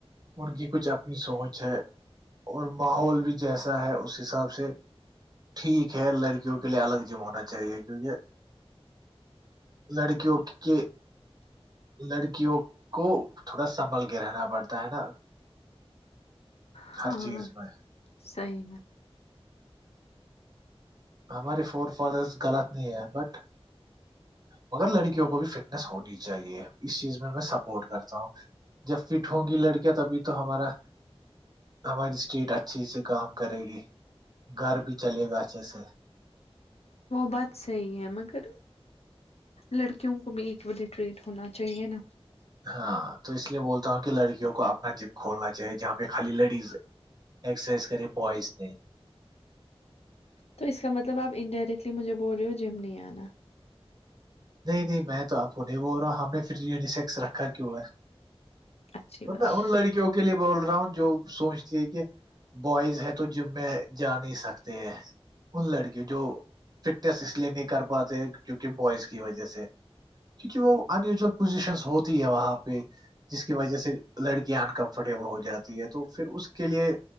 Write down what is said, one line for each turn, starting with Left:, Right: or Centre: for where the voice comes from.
Right: ان کی کچھ اپنی سوچ ہے اور ماحول بھی جیسا ہے اس حساب سے ٹھیک ہے لڑکیوں کے لیے الگ جیم ہونا چاہیے کیونکہ لڑکیوں کے لڑکیوں کو تھوڑا سنبھل کے رہنا پڑتا ہے نا
Left: ہاں
Right: ہر چیز میں
Left: صحیح میں
Right: ہماری فور فادرس غلط نہیں ہے بٹ مگر لڑکیوں کو بھی فٹنیس ہونی چاہیے اس چیز میں میں سپورٹ کرتا ہوں جب فٹ ہوں گی لڑکیاں تبھی تو ہمارا ہماری اسٹیٹ اچھے سے کام کرے گی گھر بھی چلے گا اچھے سے
Left: وہ بات صحیح ہے مگر لڑکیوں کو بھی اقوال ہی ٹریٹ ہونا چاہیے نا
Right: ہاں تو اس لیے بولتا ہوں کہ لڑکیوں کو اپنا جم کھولنا چاہیے جہاں پہ خالی لڈیز ایکسرسائز کریے بوائز نے
Left: تو اس کا مطلب آپ انڈائریکٹلی مجھے بول رہے ہو جم نہیں آنا
Right: نہیں نہیں میں تو آپ کو نہیں بول رہا ہوں ہم نے پھر یسیک رکھا کیوں ہے
Left: اچھی
Right: باندہ
Left: بات
Right: اور
Left: ہے
Right: لڑکی کیو کے لیے بول رہا ہوں جو سوچتی ہے کہ بوائز ہے تو جم میں جا نہیں سکتے ہے ان لڑکیوں جو فٹنس اس لیے نہیں کر پاتے کیونکہ بوائز کی وجہ سے کیونکہ وہ ان یوزل پوزیشن ہوتی ہے وہاں پہ جس کی وجہ سے لڑکیاں انکمفرٹیبل ہو جاتی ہے تو پھر اس کے لیے